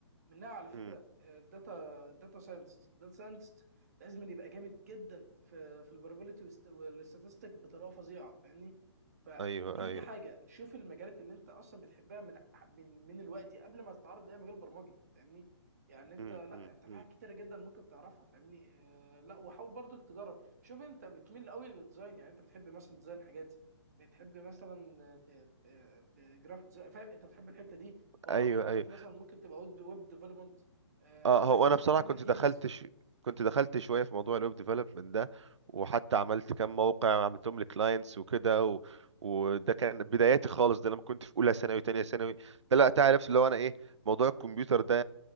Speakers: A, on the right; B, on the right.
A: منها على فكره
B: مم.
A: الداتا الداتا ساينتست الداتا ساينتست لازم يبقى جامد جدا في في البروبابيلتي والاستاتستيك بطريقه فظيعه فاهمني فدي
B: ايوه ايوه
A: دي حاجه شوف المجالات اللي انت اصلا بتحبها من من من الوقت قبل ما تتعرض لاي مجال برمجي فاهمني يعني انت
B: مم.
A: لا
B: مم.
A: انت في
B: مم.
A: حاجات كتيره جدا ممكن تعرفها فاهمني آه، لا وحاول برضك تجرب شوف انت بتميل قوي للديزاين يعني انت بتحب مثلا ديزاين حاجات بتحب مثلا آه، ت- آه، ت- جرافيك ديزاين فاهم انت بتحب الحته دي اه
B: ايوه
A: انت عندك
B: ايوه
A: مثلا ممكن تبقى ويب ويب ديفلوبمنت عندك
B: اه هو
A: مثلا
B: انا بصراحه
A: بتحب
B: كنت
A: الجيمز
B: دخلت ش... كنت دخلت شويه في موضوع الويب ديفلوبمنت ده وحتى عملت كام موقع عملتهم لكلاينتس وكده و... وده كان بداياتي خالص ده لما كنت في اولى ثانوي وثانيه ثانوي ده لا تعرف اللي هو انا ايه موضوع الكمبيوتر ده